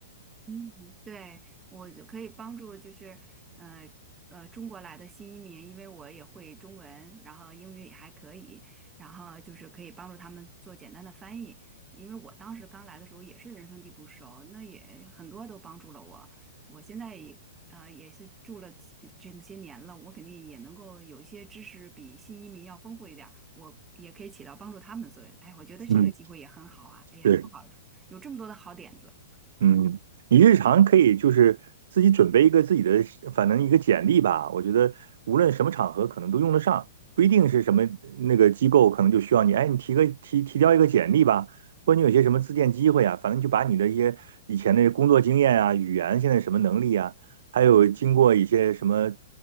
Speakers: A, on the right; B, on the right.
A: 嗯，对，我就可以帮助，就是呃呃，中国来的新移民，因为我也会中文，然后英语也还可以，然后就是可以帮助他们做简单的翻译。因为我当时刚来的时候也是人生地不熟，那也很多都帮助了我。我现在也呃也是住了这么些年了，我肯定也能够有一些知识比新移民要丰富一点儿，我也可以起到帮助他们的作用。哎，我觉得这个机会也很好啊！
B: 嗯，
A: 哎呀，
B: 对。
A: 太好了，有这么多的好点子。
B: 嗯，你日常可以就是自己准备一个自己的，反正一个简历吧。我觉得无论什么场合可能都用得上，不一定是什么那个机构可能就需要你。哎，你提个提提交一个简历吧，或者你有些什么自荐机会啊，反正就把你的一些以前的工作经验啊、语言现在什么能力啊，还有经过一些什么